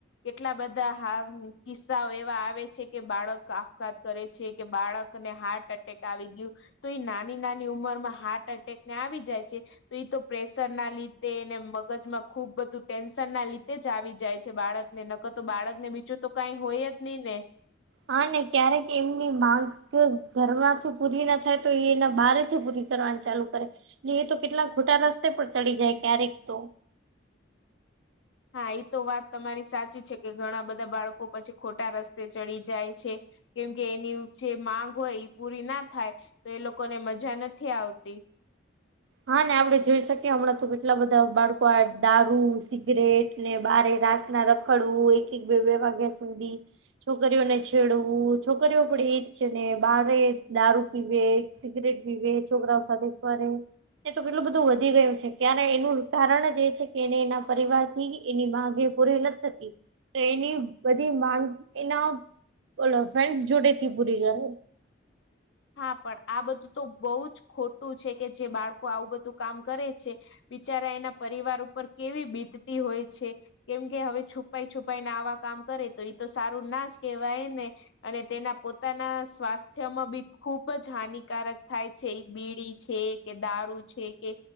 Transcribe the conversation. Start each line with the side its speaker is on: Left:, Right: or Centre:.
Left: કેટલા બધા હ કિસ્સાઓ એવા આવે છે કે, બાળક આપફઘાત કરે છે કે, બાળક ને હાર્ટ એટેક આવી ગયું તો, એ નાની નાની ઉંમર માં હાર્ટ એટેક ને આવી જાય છે, તો એ તો પ્રેશર ના લીધે એને મગજમાં ખુબ બધું ટેન્શન ના લીધે જ આવી જાય છે, બાળકને નકર તો બાળક ને, બીજું તો કઈ હોય જ નહી ને.
Right: હા ને, ક્યારેક એમની માંગ ઘરમાંથી પૂરી ના થાય તો, એના બારથી પૂરી કરવાનું ચાલુ કરે, એટલે એ તો કેટલા ખોટા રસ્તે પર ચડી જાય, ક્યારેક તો
Left: હા, એ તો વાત તમારી સાચી છે કે, ઘણા બધા બાળકો પછી ખોટા રસ્તે ચડી જાય છે. કેમકે એની જે માંગ હોય એ પૂરી ના થાય તો, એ લોકોને મજા નથી આવતી.
Right: હા, આપડે જોઈ શકીએ હમણાં તો, કેટલા બધા બાળકો આ દારૂ, સિગરેટ ને બારે રાતના રખડવું, એક-એક, બે-બે વાગ્યા સુધી. છોકરીઓને છેડવું, છોકરીઓ પણ એજ છે ને, બારે દારૂ પીવે. સિગરેટ પીવે, છોકરાઓ સાથે ફરે. એ તો કેટલું બધું વધી ગયું છે, ક્યારે એનું કારણ જ એ છે કે, એને એના પરિવાર થી એની માગે. પૂરી નથી થતી, તો એની બધી માંગ એના બોલો ફ્રેન્ડ્સ જોડે થી પૂરી ઘરે
Left: હા, પણ આ બધું તો બહુ જ ખોટું છે કે, જે બાળકો આવું બધું કામ કરે છે, બિચારા એના પરિવાર ઉપર કેવી બીતતી હોય છે. કેમ કે હવે છુપાઈ છુપાઈ ને આવા કામ કરે તો, એ તો સારું ના જ કેવાય ને. અને તેના પોતાના સ્વાસ્થ્યમાં બી ખૂબ જ હાનિકારક થાય છે, એ બીડી છે કે, દારૂ છે કે